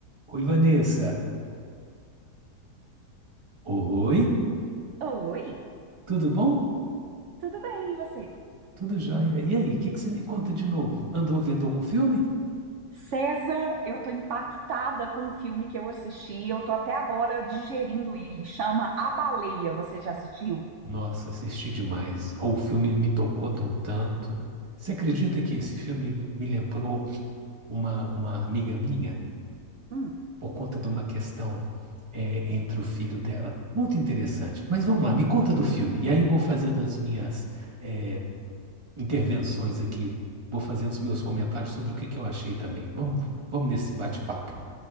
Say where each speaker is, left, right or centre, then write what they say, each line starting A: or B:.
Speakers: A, on the right; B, on the right.
A: Oi, Vanessa. Oi,
B: Oi,
A: tudo bom?
B: tudo bem, e você?
A: Tudo jóia. E aí, o que que você me conta de novo? Andou vendo algum filme?
B: César, eu tô impactada com um filme que eu assisti, eu tô até agora digerindo ele, chama A Baleia, você já assistiu?
A: Nossa, assisti demais. O filme me tocou de um tanto. Você acredita que esse filme ele me lembrou uma, uma amiga minha
B: Hum,
A: por conta de uma questão é, entre o filho dela? Muito interessante. Mas vamos lá, me conta do filme. E aí eu vou fazendo as minhas é, intervenções aqui. Vou fazendo os meus comentários sobre o que que eu achei também. Vamos, vamos nesse bate-papo.